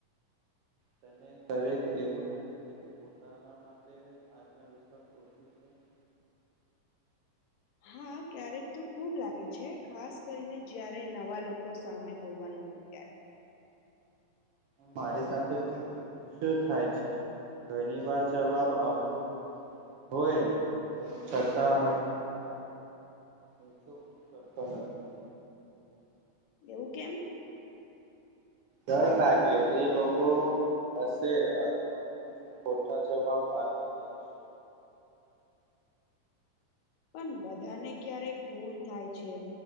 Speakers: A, on the right; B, on the left.
A: તને કયારેક એવું લાગે છે કે પોતાના માટે આત્મવિશ્વાસ ઓછું છે. <unintelligible> <inaudible>
B: હા ક્યારેક તો ખુબ લાગે છે ખાસ કરીને જયારે નવા લોકો સામે બોલવાનું હોય. ત્યારે.
A: મારી સાથે પણ એવું જ થાય છે. ઘણી વાર જવાબ આવતો હો. હોય છતા હ હ. ઓછો કરતો નથી.
B: એવું કેમ?
A: ડર લાગે એ લોકો હશે અથવા હું. હું ખોટા જવાબ આપી દઈશ.
B: પણ બધાને ક્યારેક ભૂલ થાય છે.